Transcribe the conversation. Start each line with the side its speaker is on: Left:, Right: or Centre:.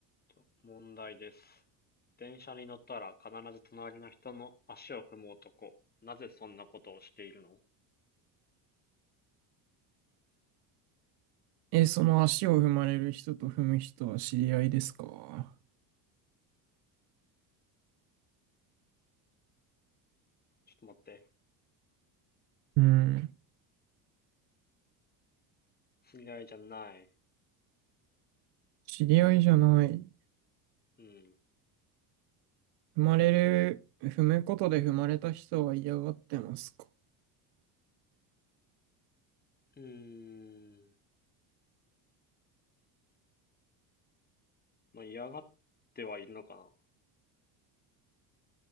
Left: と問題です。電車に乗ったら必ず隣の人の足を踏む男。なぜそんなことをしているの
Right: え、その足を踏まれる人と踏む人は知り合いですか
Left: ちょっと待って。
Right: うん。
Left: 知り合いじゃない。
Right: 知り合いじゃない。
Left: うん。
Right: 踏まれる、踏むことで踏まれた人は嫌がってますか
Left: うーん。まあ、嫌がってはいるのかな。